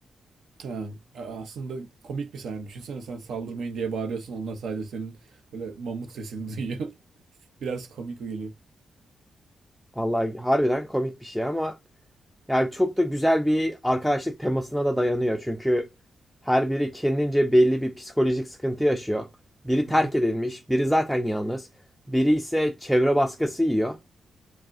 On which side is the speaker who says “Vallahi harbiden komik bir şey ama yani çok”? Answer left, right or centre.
Centre